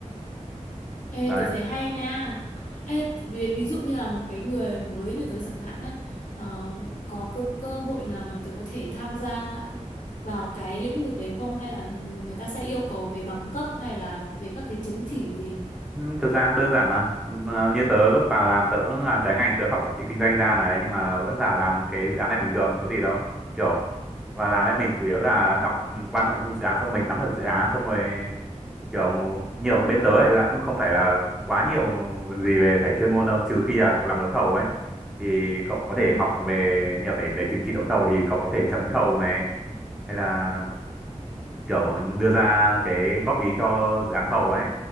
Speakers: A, on the left (about 85°); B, in the centre.
A: Ê,
B: đấy
A: tớ thấy hay nha. Ê, ví, ví dụ như là một cái người mới như tớ chẳng hạn nhá, ờ, có cơ, cơ hội nào mà tớ có thể tham gia vào cái lĩnh vực đấy không? Hay là người ta sẽ yêu cầu về bằng cấp hay là về các cái chứng chỉ gì?
B: Ừ, thực ra cũng đơn giản mà Ờ, như tớ lúc vào làm tớ làm trái ngành tớ học quản trị kinh doanh ra này nhưng mà vẫn vào làm cái dự án này bình thường có gì đâu kiểu và làm ấy mình chủ yếu là đọc ừ, qua nội dung dự án xong mình nắm được dự án xong rồi kiểu nhiều bên tớ ấy là cũng không phải là quá nhiều gì về phải chuyên môn đâu trừ khi là cậu làm đấu thầu ấy thì cậu có
A: Ừ.
B: thể học về nhiều để lấy chứng chỉ đấu thầu thì cậu có thể chấm thầu này hay là kiểu đưa ra cái góp ý cho dự án thầu ấy